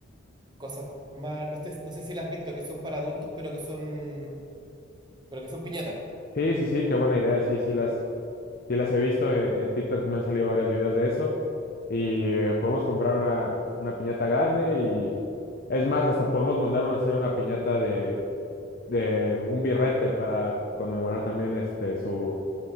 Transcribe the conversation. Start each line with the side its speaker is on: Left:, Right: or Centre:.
Right: cosas más, no sé, no sé si las has visto, que son para adultos, pero que son, pero que son piñatas.
Left: Sí, sí, sí, qué buena idea. Sí, sí, las, Sí las he visto, eh, en TikTok me han salido varios videos de eso y eh, podemos comprar una, una piñata grande y es más, hasta podemos mandar una, hacer una piñata de, de un birrete para conmemorar también este, su,